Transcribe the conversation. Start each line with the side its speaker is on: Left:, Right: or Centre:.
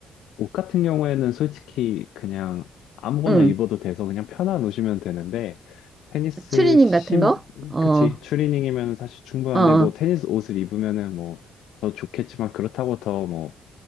Left: 옷 같은 경우에는 솔직히 그냥 아무거나
Right: 응.
Left: 입어도 돼서 그냥 편한 옷이면 되는데, 테니스
Right: 추리닝
Left: 심,
Right: 같은 거? 어.
Left: 그치. 추리닝이면 사실 충분한데,
Right: 어.
Left: 뭐 테니스 옷을 입으면은 뭐 더 좋겠지만, 그렇다고 더 뭐